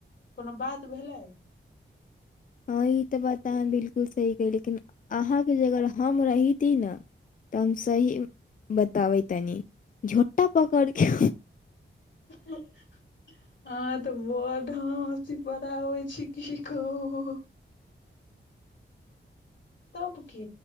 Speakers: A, on the left; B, on the left.
A: कोनो बात भेलै
B: हँ ई तऽ बात अहाँ बिलकुल सही कही लेकिन अहाँके जगह अगर हम रहीती ने तऽ हम सही बताबै तनी झोटा पकड़ के
A: अहाँ तऽ बड़ हँसी पराबै छी की कहू तब की